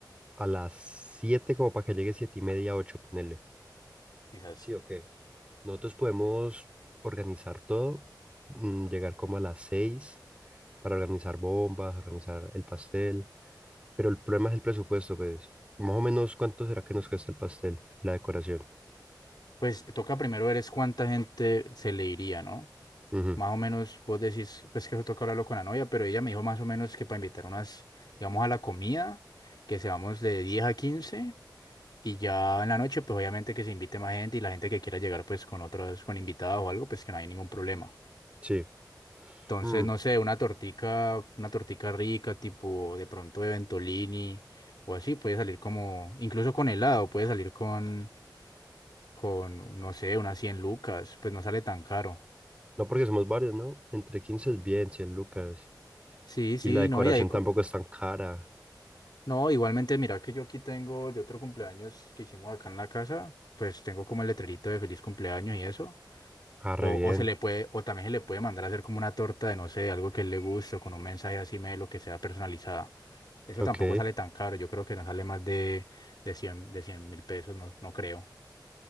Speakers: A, on the right; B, on the left.
A: a las 7 como para que llegue siete y media, 8 ponele.
B: Quizás.
A: Sí, ok. Nosotros podemos organizar todo, mm, llegar como a las 6 para organizar bombas, organizar el pastel, pero el problema es el presupuesto, pues. Más o menos, ¿cuánto será que nos cuesta el pastel, la decoración?
B: Pues toca primero ver es cuánta gente se le iría, ¿no?
A: Ujú,
B: Más o menos vos decís, pues que eso toca hablarlo con la novia, pero ella me dijo más o menos que para invitar unas, digamos, a la comida, que seamos de diez a quince y ya en la noche, pues obviamente que se invite más gente y la gente que quiera llegar pues con otras, con invitados o algo, pues que no hay ningún problema.
A: Sí.
B: Entonces,
A: Mm,
B: no sé, una tortica, una tortica rica, tipo de pronto de Ventolini o así, puede salir como, incluso con helado, puede salir con, con, no sé, unas 100 lucas, pues no sale tan caro.
A: No porque somos varios, ¿no? Entre 15 es bien, 100 lucas.
B: Sí,
A: Y
B: sí,
A: la decoración
B: no, y ahí, co-
A: tampoco es tan cara.
B: no, igualmente, mira que yo aquí tengo de otro cumpleaños que hicimos acá en la casa, pues tengo como el letrerito de feliz cumpleaños y eso.
A: Ah, re
B: O,
A: bien.
B: o se le puede, o también se le puede mandar a hacer como una torta de, no sé, algo que a él le guste, o con un mensaje así medio, lo que sea personalizada. Eso
A: Ok.
B: tampoco sale tan caro. Yo creo que no sale más de, de cien de cien mil pesos, no, no creo.